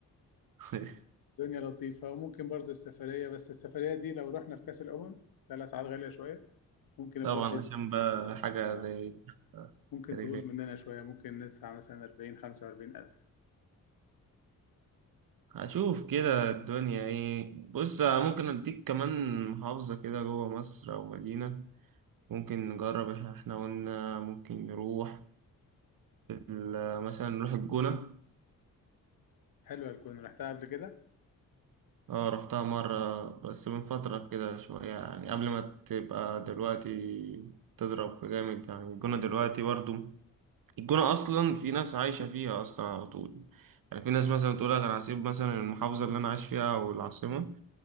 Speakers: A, on the right; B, on the left.
A: <laughs>
B: لطيفة وممكن برضه السفرية بس السفرية دي لو رحنا في كأس الأمم لا الأسعار غالية شوية ممكن البادجت
A: طبعا عشان بقى حاجة
B: آه
A: زي
B: ممكن
A: تاريخية
B: تبوظ مننا شوية ممكن ندفع مثلا 40 45 ألف
A: هشوف كده الدنيا ايه بص ممكن اديك كمان محافظة كده جوه مصر او مدينة ممكن نجرب احنا إحنا قلنا ممكن نروح ال- مثلا نروح الجونة
B: حلوة الجونة رحتها قبل كده
A: اه رحتها مرة بس من فترة كده شوية يعني قبل ما تبقى دلوقتي تضرب جامد يعني الجونة دلوقتي برضو الجونة أصلا في ناس عايشة فيها أصلا على طول يعني في ناس مثلا تقول لك أنا هسيب مثلا المحافظة اللي أنا عايش فيها أو العاصمة